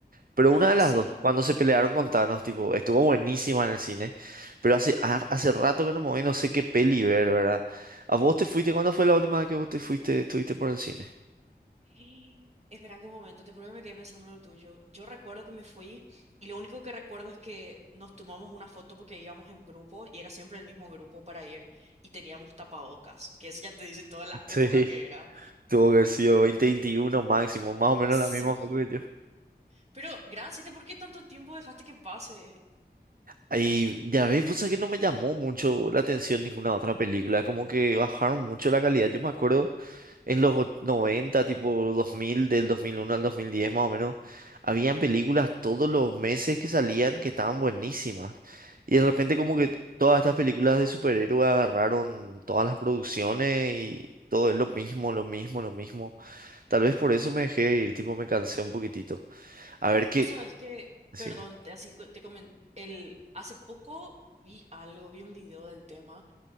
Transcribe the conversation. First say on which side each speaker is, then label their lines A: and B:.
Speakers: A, on the right (about 55°); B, on the right (about 40°).
A: Pero
B: Ah,
A: una de las
B: sí.
A: dos, cuando se pelearon con Thanos, tipo, estuvo buenísima en el cine, pero hace, ha- hace rato que no me voy, no sé qué peli ver, ¿verdad? ¿A vos te fuiste? ¿Cuándo fue la última vez que vos te fuiste, estuviste por el cine?
B: <gasps> Y- Espera qué momento, te juro que me quedé pensando en lo tuyo. Yo recuerdo que me fui y lo único que recuerdo es que nos tomamos una foto porque íbamos en grupo y era siempre el mismo grupo para ir y teníamos tapabocas, que eso ya te dice toda la
A: Sí.
B: época que era.
A: Tuvo que haber sido 2021 máximo, más o menos
B: Sí.
A: la misma época que yo.
B: Pero, gran, ¿sí te- ¿por qué tanto tiempo dejaste que pase?
A: Ahí, ya ves, pues que no me llamó mucho la atención ninguna otra película, como que bajaron mucho la calidad. Yo me acuerdo. En los o- 90, tipo 2000 del 2001 al 2010 más o menos, habían películas todos los meses que salían que estaban buenísimas. Y de repente como que todas estas películas de superhéroes agarraron todas las producciones y todo es lo mismo, lo mismo, lo mismo. Tal vez por eso me dejé de ir, tipo me cansé un poquitito. A ver qué...
B: Vos sabés que,
A: Sí,
B: perdón, te- así co- te comenté, el, hace poco vi algo, vi un video del tema,